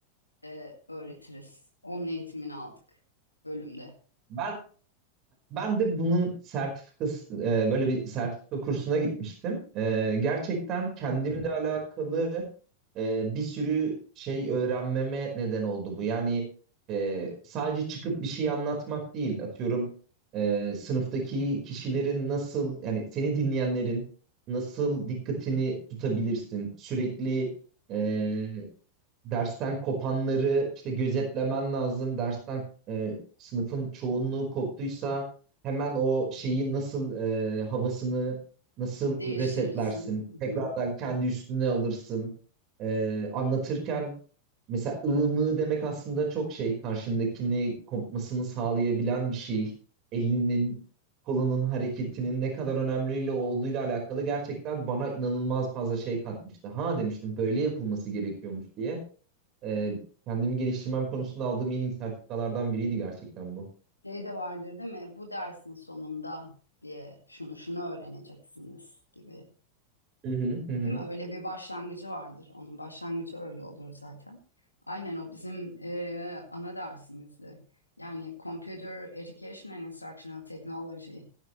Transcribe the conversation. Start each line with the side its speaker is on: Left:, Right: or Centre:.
Left: e, öğretiriz. Onun eğitimini aldık bölümde.
Right: Ben Ben de bunun sertifikası e, böyle bir sertifika kursuna gitmiştim. E, gerçekten
Left: Hı hı.
Right: kendimle alakalı e, bir sürü şey öğrenmeme neden oldu bu. Yani e, sadece çıkıp bir şey anlatmak değil. Atıyorum e, sınıftaki kişilerin nasıl yani seni dinleyenlerin nasıl dikkatini tutabilirsin? Sürekli e, dersten kopanları işte gözetlemen lazım. Dersten e, sınıfın çoğunluğu koptuysa hemen o şeyi nasıl e, havasını nasıl
Left: Değiştirirsin.
Right: resetlersin?
Left: Hı
Right: Tekrardan
Left: hı.
Right: kendi üstüne alırsın. E, anlatırken mesela ığ mı demek aslında çok şey karşındakini kopmasını sağlayabilen bir şey. Elinin kolunun hareketinin ne kadar önemliyle olduğuyla alakalı gerçekten bana inanılmaz fazla şey katmıştı. Ha demiştim böyle yapılması gerekiyormuş diye e, kendimi geliştirmem konusunda aldığım en iyi sertifikalardan biriydi gerçekten bu.
Left: Şey de vardır değil mi? Bu dersin sonunda diye şunu şunu öğreneceksiniz gibi.
Right: Hı hı hı hı.
Left: Değil mi? Öyle bir başlangıcı vardır. Onun başlangıcı öyle olur zaten. Aynen o bizim e, ana dersimizdi. Yani Computer Education and Instructional Technology